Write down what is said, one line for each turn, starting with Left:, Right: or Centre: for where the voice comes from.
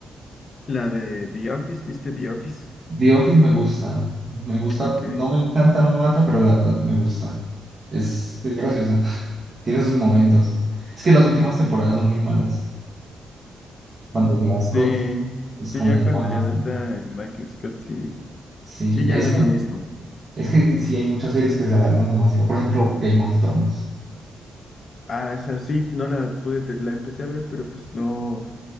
Left: La de The Office, ¿viste The Office?
Right: The Office me gusta. Me gusta,
Left: Ok.
Right: no me encanta, no me mata, pero la verdad me gusta. Es, es graciosa. <laughs> Tiene sus momentos. Es que las últimas temporadas son muy malas. Cuando se va
Left: Sí,
Right: Scott, es como
Left: sí, ya cuando
Right: bajas.
Left: ya no está el Michael Scott, sí,
Right: Sí,
Left: sí, ya
Right: es
Left: no es
Right: como,
Left: lo mismo.
Right: es que sí hay muchas series que se alargan demasiado. Por ejemplo, Game of Thrones.
Left: Ah, o sea sí, no la pude, te- la empecé a ver, pero pues no,